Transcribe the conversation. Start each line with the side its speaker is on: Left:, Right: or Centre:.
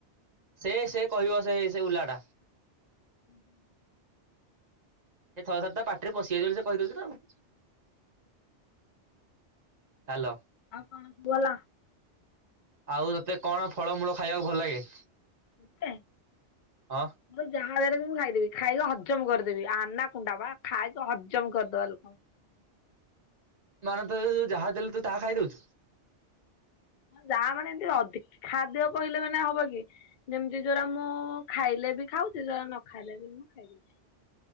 Right: ସେ ସେ କହିବ ସେଇ ସେ ଉଲା ଟା।
Left: ହୁଁ ହୁଁ।
Right: ଏ ଥରେ ଥରେ ତା ପାଟିରେ ପଶିଯାଉଛି ବୋଲି ସେ କହିଦଉଛି ନା ଆଉ। ହ୍ୟାଲୋ।
Left: ଆଉ କଣ ସବୁ ଭଲ।
Right: ଆଉ ତତେ କଣ ଫଳମୂଳ ଖାଇବାକୁ ଭଲ ଲାଗେ?
Left: ମତେ?
Right: ହଁ
Left: ମୋତେ ଯାହାଦାରରେ ମୁଁ ଖାଇଦେବି ଖାଇକି ହଜମ କରିଦେବି ଆନା କୁଣ୍ଡା ବା ଖାଇକି ହଜମ କରିଦବା ଲୋକ।
Right: ମାନେ ତତେ ଯାହା ଦେଲୁ ତୁ ତାହା ଖାଇଦଉଚୁ।
Left: ଯାହା ମାନେ ଏମିତି ଅଧିକ ଖାଦ୍ୟ କହିଲେ ମାନେ ହବ କି ଯେମିତି ଯଉରା ମୁଁ ଖାଇଲେ ବି ଖାଉଛି ଯୋଉରା ନ ଖାଇଲେ ବି ମୁଁ ଖାଇଦଉଚି।